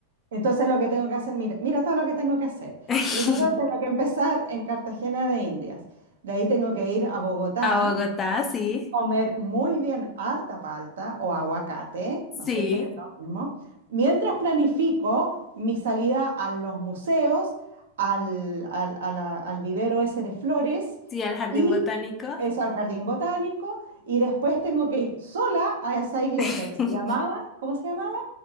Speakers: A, on the right; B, on the left.
A: Entonces lo que tengo que hacer, mira, mira todo lo que tengo que hacer.
B: <laughs>
A: Primero tengo que empezar en Cartagena de Indias. De ahí tengo que ir a Bogotá
B: a Bogotá, sí,
A: comer muy bien harta palta o aguacate,
B: sí.
A: ¿no es cierto que es lo mismo? Mientras planifico mi salida a los museos, al, al- a la- al vivero ese de flores
B: sí, al jardín
A: y
B: botánico,
A: eso al jardín botánico, y después tengo que ir sola a esa iglesia
B: <laughs>
A: que se llamaba, ¿cómo se llamaba?